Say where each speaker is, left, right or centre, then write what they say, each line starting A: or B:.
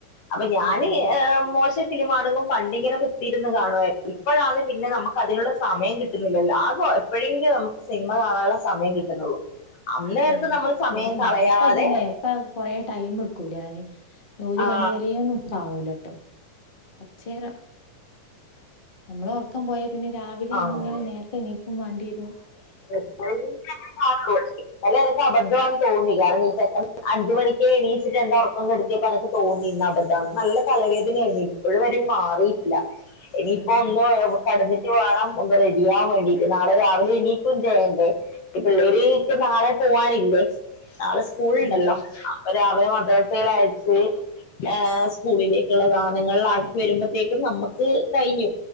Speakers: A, on the left; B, on the left.
A: അപ്പൊ ഞാന്
B: ഉം
A: ഏ മോശംഫിലിമാണെന്നും പണ്ടിങ്ങനെ കുത്തിയിരുന്ന് കാണുവായിരു ഇപ്പഴാണ് പിന്നെ നമ്മക്കതിനുള്ള സമയംകിട്ടുന്നില്ലല്ലോ അതോ എപ്പോഴേങ്കിലും നമുക്ക്സിനിമ കാണാനുള്ള സമയം കിട്ടുന്നുള്ളൂ അന്നേരത്ത്
B: ഉ
A: നമ്മൾ സമയം
B: ശരിയന്നെ
A: കളയാതെ
B: ഇപ്പതന്നെ ഇപ്പ കൊറേ ടൈം ക്കൂലാന് ഒരു
A: ആ
B: മണിവരെംന്നും കാണൂലട്ടോ കൊറ്ച്ചേരം നമ്മളെ ഒറക്കം പോയാപിന്നെ രാവിലെങ്ങനെ
A: ആ
B: നേരത്തെ എനീക്കും വാണ്ടേരും
A: <inaudible> <unintelligible> അല്ലനിക്ക് അബദ്ധാന്ന് തോന്നി കാരണ ഈ ചെക്കൻ അഞ്ച്മണിക്ക് എണീച്ചിട്ട് എൻ്റെ ഒറ്ക്കം കെട് പ്പനക്ക്തോന്നിഅബദ്ധാന് നല്ല തലവേദനായിരുന്നു ഇപ്പോഴുംവരും മാറീട്ടില്ല ഇനിയിപ്പോ
B: ഉം
A: ഒന്ന് ഓലെ കടന്നിട് വേണം ഒന്ന് റെഡിയാവാവേണ്ടിട്ട് നാളെരാവിലെ എണീക്കും ചെയ്യെണ്ടേ പിന്നെ പിള്ളേര് നാളെ പോവാനില്ലേ നാളെ സ്കൂള്ണ്ടല്ലോ
B: ഉം ഉം
A: അപ്പൊ രാവിലെ മദ്രസെലയച്ച് ഏ സ്കൂളിലേക്കുള്ള സാനങ്ങളാക്കി വരുമ്പത്തേക്കും നമ്മക്ക് കഴിഞ്ഞു